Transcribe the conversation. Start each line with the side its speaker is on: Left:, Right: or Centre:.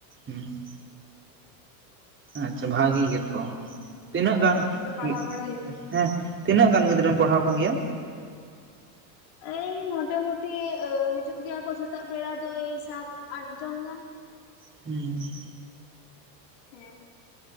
Right: ᱦᱩᱸᱻ ᱟᱪᱪᱷᱟ ᱵᱷᱟᱹᱜᱤ ᱜᱮᱛᱚ
Left: ᱟᱫᱚ ᱦᱮᱸ
Right: ᱛᱤᱱᱟᱹᱜ
Left: ᱩᱱᱠᱩ
Right: ᱜᱟᱱ
Left: ᱠᱚᱜᱮ ᱯᱟᱲᱦᱟᱣ
Right: ᱩᱸᱜ
Left: ᱵᱟᱲᱟ ᱦᱩᱭᱩᱜᱼᱟ
Right: ᱦᱮᱸ ᱛᱤᱱᱟᱹᱜ ᱜᱟᱱ ᱜᱤᱫᱽᱨᱟᱹᱢ ᱯᱟᱲᱦᱟᱣ ᱠᱚᱜᱮᱭᱟ?
Left: ᱮᱭ ᱢᱚᱴᱟ ᱢᱩᱸᱴᱤ ᱦᱤᱡᱩᱜ ᱜᱮᱭᱟ ᱠᱚ ᱥᱮᱛᱟᱜ ᱵᱮᱲᱟ ᱫᱚ ᱮᱭ ᱥᱟᱛ ᱟᱴ ᱡᱚᱱ ᱜᱟᱱ᱾ <unintelligible>
Right: <unintelligible>
Left: ᱦᱮᱸ